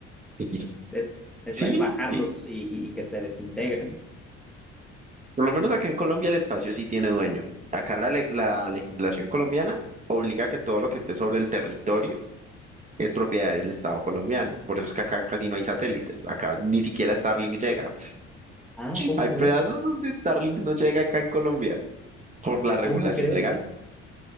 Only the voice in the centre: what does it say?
es,
es bajarlos
y y- y que se desintegren.
Ah, ¿cómo
crees?
¿Cómo crees?